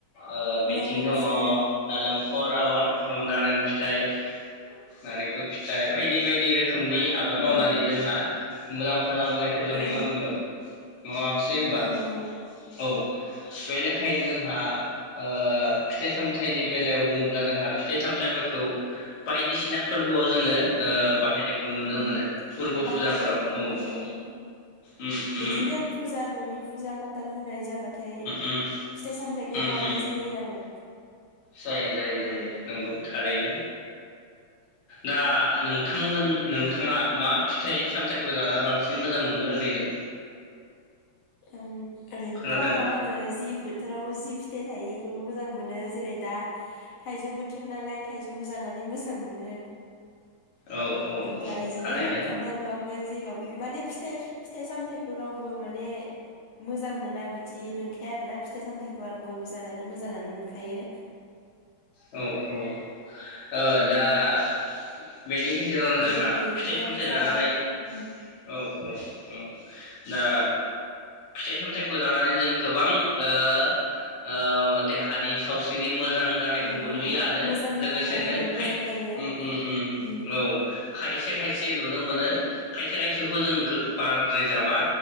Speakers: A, on the left; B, on the left.
A: ओ बिथिं
B: नारें
A: दङ
B: फिथाइ
A: नालेंखल आबाद औ नारें फिथाइ। नारिंखल। फिथाइ बायदि बायदि रोखोमनि आबाद
B: उम
A: मावनानै
B: उम
A: जोंहा मुलाम्फा जाबोनायखौ जों
B: औ
A: नुनो मोन्दों। नङा दे होनबा
B: औ औ
A: औ बे लेखायैनो जोंहा ओ फिथाइ सामथायाइनि बेलायाव बुङोब्ला जोंहा फिथाइ सामथाइफोरखौ बायदिसिना फोरबोआव जोङो ओ बाहायनाय नुनो
B: उम
A: मोनो फोरबो
B: बाहायनायखौ
A: फुजाफोराव
B: नुनो
A: औ औ
B: मोनो उम
A: उम-उम
B: बिदिनो फुजा ननि फुजा फाथाल होनाय जाब होबाथाय
A: उम
B: फिथाइ सामथायाइखौ
A: उम
B: बावनाय
A: उम
B: जायो आरो
A: जायो जायो जायो नंगौ थारैनो। दा नोंथांमोन नोंथाङा मा फिथाइ सामथायाइखौ जानानै बांसिन मोजां मोनो ओरैनो
B: ओं ओरैनोथ'
A: खोनादों दा
B: आंङो जि बोथोराव जि फिथाइ जायो बेखौनो मोजां मोनो जेरै दा थाइजौ बोथोर नालाय थाइजौखौ जानानै मोजां मोनो।
A: औ औ
B: ओमफ्राय
A: औ
B: बिदिनो
A: थारैनो
B: खान्थालबाबो जेबाबो माने फिथाइ फिथाइ सामथायाइखौ रावबो माने मोजां मोना बिदि नंखाया आरोना फिथाइ सामथायाइखौ आरो बयबो जानानै मोजाङानो मोनखायो।
A: औ औ। ओ दा <inaudible> बेनि गेजेरावनो जोंहा
B: जेरै बैग्रियानो
A: फिथाइ सामथाइ
B: जा
A: जानानै
B: उम
A: औ। औ औ दा फिथाइ सामथाइखौ जानानै जों गोबां ओ औ देहानि सावस्रिनि मोजां मोनहोयो
B: औ औ
A: आरो
B: मोजांनि
A: लोगोसेनो
B: थाखाय ओं
A: खायफा
B: मोजां जायो
A: उम उम
B: उम
A: औ। खायसे खायसे नुनो मोनो खायसे खायसेखौ जों बाराद्राय जाबा